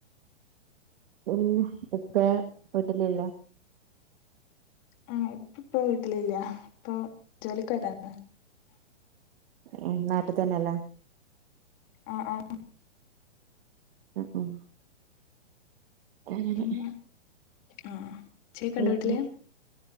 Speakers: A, on the right (about 50°); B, on the left (about 35°).
A: ഉം ഇപ്പ വീട്ടലില്ല
B: ഏഹ് ഇപ്പ ഇപ്പ വീട്ടിലില്ല്യ ഇപ്പൊ ജോലിക്കോയതാണ്
A: ഏഹ് നാട്ട് തന്നെല്ലേ
B: ആഹ് ആഹ്
A: അ ഉം അങ്ങനെ
B: പിന്നെ ആഹ് ചേക്കണ്ടോ
A: പിന്നെ
B: വീട്ടില്